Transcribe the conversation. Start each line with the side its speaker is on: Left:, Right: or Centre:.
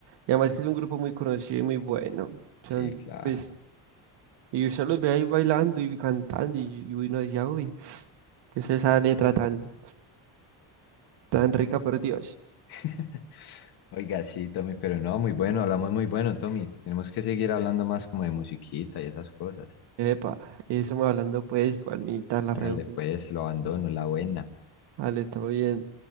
Right: Y además que es un grupo muy conocido y muy bueno. Son,
Left: sí, claro.
Right: pues, y usted los ve ahí bailando y cantando y, y uno decía, uy, ¿qué es esa letra tan, tan rica por Dios?
Left: <laughs> Oiga, sí, Tommy, pero no, muy bueno, hablamos muy bueno, Tommy, tenemos que seguir hablando más como de musiquita y esas cosas.
Right: Epa, y estamos hablando pues, Juanita, la
Left: Hágale
Right: reo.
Left: pues, lo abandono, la buena.
Right: Vale, todo bien.